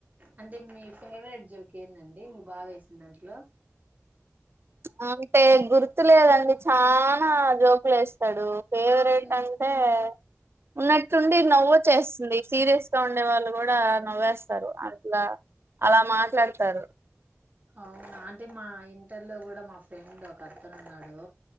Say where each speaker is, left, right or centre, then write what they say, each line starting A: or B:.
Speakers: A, on the right (about 35°); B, on the right (about 50°).
A: అంటే మీ ఫేవరెట్ జోకెందండి మీ బావవేసిన దాంట్లో.
B: ఆహ్ అంటే గుర్తులేదండి చ్. చానా జోకులేస్తడు ఫేవరెట్
A: ఉమ్
B: అంటే. ఉన్నట్టుండి నవ్వొచ్చెస్తుంది సీరియస్ గా ఉండే వాళ్ళు కూడా నవ్వేస్తారు అట్లా. అలా మాట్లాడుతారు.
A: అవునా అంటే మా ఇంటర్ లో కూడా మా ఫ్రెండ్ ఒక అతనున్నాడు